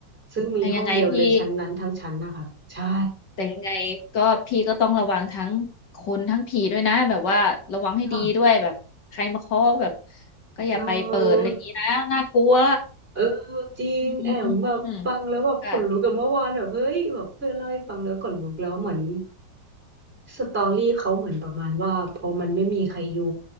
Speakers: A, on the right (about 30°); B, on the left (about 65°).
A: ซึ่งมีห้องเดียวเลยชั้นนั้นทั้งชั้นนะคะใช่
B: แต่ยังไงพี่ แต่ยังไงก็พี่ก็ต้องระวังทั้งคนทั้งผีด้วยนะแบบว่าระวังให้ดีด้วยแบบใครมาเคาะแบบ
A: ค่ะ
B: ก็อย่าไปเปิดอะไรอย่างนี้นะน่ากลัว
A: เออ เออจริงแอมแบบฟังแล้วแบบขนลุกกับเมื่อวานแบบเฮ้ยแบบเพื่อนเล่าให้ฟังแล้วขนลุกแล้วเหมือน
B: อืมอืมอืมอืมค่ะ
A: สตอรี่เขาเหมือนประมาณว่าพอมันไม่มีใครอยู่